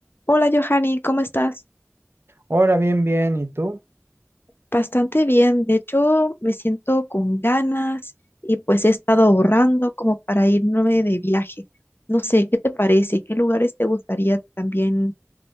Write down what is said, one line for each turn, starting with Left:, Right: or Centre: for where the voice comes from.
Left: Hola Johanny, ¿cómo estás?
Right: Ahora bien, bien, ¿y tú?
Left: Bastante bien, de hecho me siento con ganas y pues he estado ahorrando como para irme de viaje. No sé, ¿qué te parece? ¿Qué lugares te gustaría también